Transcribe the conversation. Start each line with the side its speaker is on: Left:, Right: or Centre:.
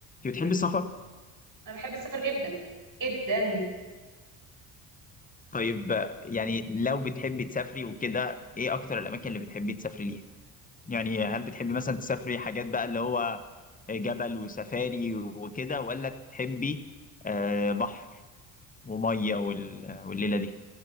Left: انت بتحبي السفر؟
Right: انا بحب السفر جدا جدا
Left: طيب آه، يعني لو بتحبي تسافري وكده ايه اكتر الاماكن اللي بتحبي تسافري ليها؟ يعني هل بتحبي مثلا تسافري حاجات بقى اللي هو جبل وسفاري وكده ولا تحبي آه بحر وميه وال... والليله دي؟